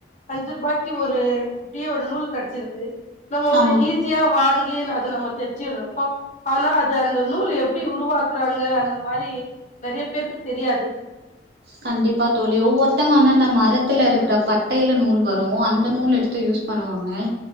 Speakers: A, on the left; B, on the right.
A: அஞ்சு ரூபாய்க்கு ஒரு அப்டியே ஒரு நூல் கெடைச்சிருது. நம்ம
B: ஆமா
A: ஒரு
B: தோழி.
A: ஈஸியா வாங்கி நா அது நம்ம தெச்சிறோ ஆனா அது அந்த நூல் எப்டி உருவாக்குறாங்க அந்த மாரி நறைய பேருக்கு தெரியாது.
B: கண்டிப்பா தோலி ஒவ்வொருத்தங்க ஆனா இந்த மரத்துல இருக்குற பட்டையில நூல் வரு அந்த நூல் எடுத்து யூஸ் பண்ணுவாங்க.